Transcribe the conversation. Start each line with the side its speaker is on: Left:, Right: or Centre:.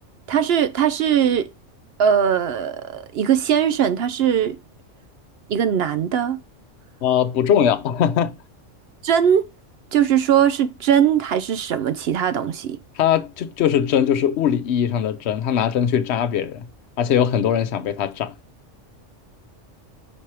Right: 他是他是呃一个先生，他是一个男的，
Left: 啊、不重要。<laughs>
Right: 真就是说是真还是什么其他东西？
Left: 他就就是针，就是物理意义上的针，他拿针去扎别人，而且有很多人想被他扎。